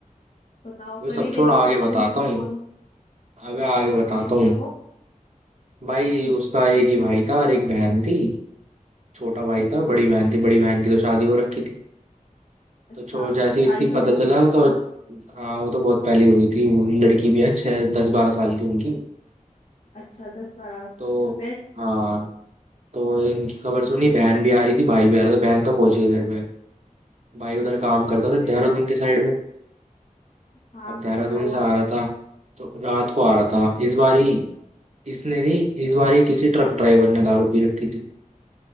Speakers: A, on the left; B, on the right.
A: बताओ
B: अबे
A: कर
B: सब
A: ही देती
B: छोड़ आगे
A: है उस दिन
B: बताता
A: इसको
B: हूँ
A: फोन
B: अबे आगे
A: हाँ
B: बताता
A: फिर
B: हूँ
A: क्या वो
B: भाई
A: हम्म
B: उसका एक ही भाई था और एक बहन थी छोटा भाई
A: हम्म,
B: था और बड़ी बहन थी बड़ी बहन की तो शादी हो रखी थी
A: अच्छा
B: तो छो जैसे ही
A: शादी
B: इसकी पता
A: कब हो गई
B: चला
A: थी
B: तो हाँ वो तो बहुत पहली हो गई थी लड़की भी है छः दस बारह साल की उनकी
A: अच्छा दस बारह
B: तो
A: अच्छा फिर
B: हाँ तो इनकी खबर सुनी बहन भी आ रही थी भाई भी आ रहा था बहन तो पहुंच गई घर पे भाई उधर काम करता
A: हाँ
B: था
A: फिर
B: देहरादून के साइड में
A: हाँ
B: अब देहरादून
A: फिर क्या हुआ
B: से आ रहा था तो रात को आ रहा था इस बार ही इसने नहीं इस बार ही किसी ट्रक ड्राइवर ने दारू पी रखी थी